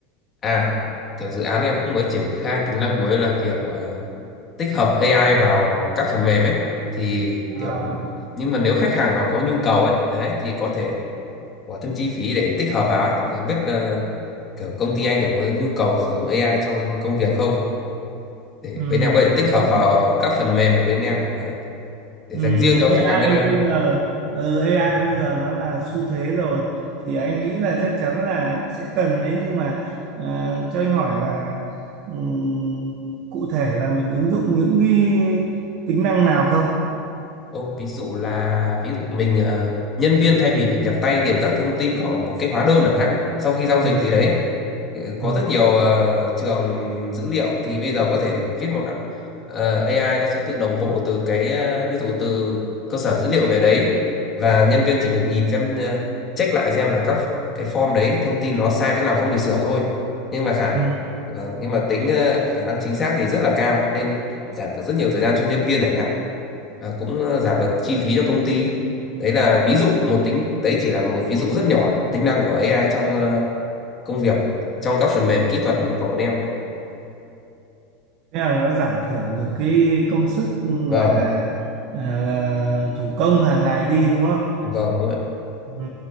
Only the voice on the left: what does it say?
à kiểu dự án em cũng mới triển khai tính năng mới là kiểu ờ, tích hợp AI vào các phần mềm ấy thì
kiểu nhưng mà nếu khách hàng nó có nhu cầu ấy đấy thì có thể bỏ thêm chi phí để tích hợp vào ấy thì không biết ờ, kiểu công ty anh kiểu có nhu cầu sử dụng AI trong công việc không để
bên em có thể tích
hợp vào các phần mềm của bên em đấy để
dành riêng cho khách
hàng bên anh
thôi
Ô, ví dụ là ví dụ mình ờ, nhân viên thay vì phải nhập tay điền các thông tin của một cái hóa đơn chẳng hạn sau khi giao dịch
gì đấy
ừ, có
rất nhiều ờ, trường dữ liệu thì bây giờ có thể viết một đoạn- ờ, AI nó sẽ tự đồng bộ từ cái ờ, ví dụ từ cơ sở dữ liệu về đấy và nhân viên chỉ việc nhìn xem ờ, check lại xem là các cái form đấy thông tin nó sai chỗ nào không thì sửa thôi nhưng mà khả
vâng, nhưng mà tính ờ, khả năng chính xác thì rất là cao nên giảm được rất nhiều thời gian cho nhân viên chẳng hạn à, cũng ờ, giảm được chi phí cho công ty đấy là ví dụ một tính đấy chỉ là một ví dụ rất nhỏ tính năng của AI trong ờ, công việc trong các phần mềm kỹ thuật của bọn em đấy.
vâng
vâng đúng rồi